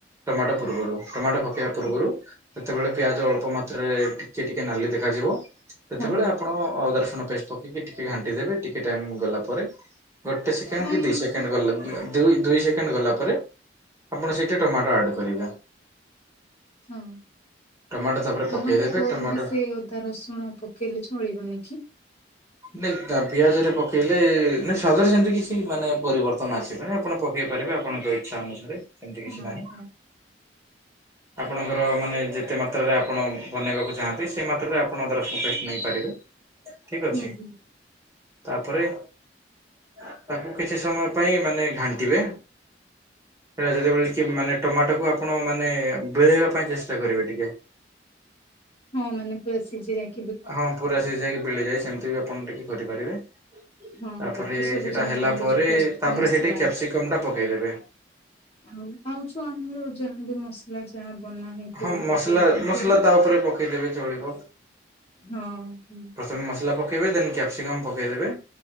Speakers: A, on the right; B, on the left.
A: ଟମାଟୋ ପୂର୍ବରୁ ଟମାଟୋ ପକେଇବା ପୂର୍ବରୁ।
B: ହୁଁ।
A: ସେତେବେଳେ ପିଆଜ ଅଳ୍ପ ମାତ୍ରାରେ ଟିକେ ଟିକେ ନାଲି ଦେଖାଯିବ। ସେତେବେଳେ
B: ହଁ
A: ଆପଣ ଅଦାରସୁଣ ପେଷ୍ଟ ପକେଇକି ଟିକେ ଘାଣ୍ଟି ଦେବେ ଟିକେ ଟାଇମ୍ ଗଲା ପରେ। ଗୋଟେ ସେକେଣ୍ଡ
B: ନାଇଁ
A: କି ଦି ସେକେଣ୍ଡ ଗଲା ଦୁଇ ସେକେଣ୍ଡ ଗଲା ପରେ। ଆପଣ ସେଇଠି ଟମାଟୋ ଆଡ୍ କରିବା।
B: ହଁ
A: ଟମାଟୋ ତାପରେ ପକେଇଦେବେ
B: ଟମାଟୋ ପୋରୀ
A: ଟମାଟୋ
B: ବି ସେ ଅଦା ରସୁଣ ପକେଇଲେ ଚଳିବନି କିି?
A: ନାଇଁ ତା ପିଆଜରେ ପକେଇଲେ ଏ ନାହିଁ ସ୍ଵାଦରେ ସେମିତି କିଛି ମାନେ ପରିବର୍ତ୍ତନ ଆସିବନି, ମାନେ ଆପଣ ପକେଇ ପାରିବେ ଆପଣଙ୍କ ଇଚ୍ଛା ଅନୁସାରେ। ସେମତି
B: ହଁ
A: କିଛି
B: ହଁ
A: ନାହିଁ।
B: ହଁ
A: ଆପଣଙ୍କର ମାନେ ଯେତେ ମାତ୍ରାରେ ଆପଣ ବନେଇବାକୁ ଚାହାନ୍ତି ସେ ମାତ୍ରାରେ ଆପଣ ଅଦା ରସୁଣ ପେଷ୍ଟ ନେଇପାରିବେ। ଠିକ୍ ଅଛି।
B: ହୁଁ ହୁଁ
A: ତାପରେ ତାକୁ କିଛି ସମୟ ପାଇଁ ମାନେ ଘାଣ୍ଟିବେ। ସେଇଟା ଯେତେବେଳେ ଟିକେ ମାନେ ଟମାଟୋକୁ ଆପଣ ମାନେ ବେଳେଇବା ପାଇଁ ଚେଷ୍ଟା କରିବେ ଟିକେ।
B: ହଁ ମାନେ ପୁରା ସିଝି ଯାଇକ୍
A: ହଁ ପୁରା ସିଝି ଯାଇକି ପେଳିଯାଇ ସେମତି ବି ଆପଣ ଟିକେ କରିପାରିବେ।
B: ହଁ
A: ତାପରେ
B: ସବୁ
A: ସେଇଟା
B: ଯାହା
A: ହେଲା
B: ଆମର
A: ପରେ
B: ଯୋଉ ପ୍ରସ୍ତୁତ
A: ତାପରେ
B: ମସଲା
A: ହେଟେ କ୍ୟାପ୍ସିକମ୍ ଟା ପକେଇଦେବେ।
B: ଆଉ ଆଉଛୁ ଆମର ଯାହା ବି ମସ୍ ନା ଯାହା ବନା ହେଇଥିବ
A: ହଁ ମସଲା
B: ପକେଇବା ପାଇଁ
A: ମସଲା
B: ସେଇଠି?
A: ତା ଉପରେ ପକେଇଦେବେ ଚଳିବ।
B: ହଁ ହୁଁ।
A: ପ୍ରଥମେ ମସଲା ପକେଇବେ ଦେନ୍ କ୍ୟାପ୍ସିକମ୍ ପକେଇଦେବେ,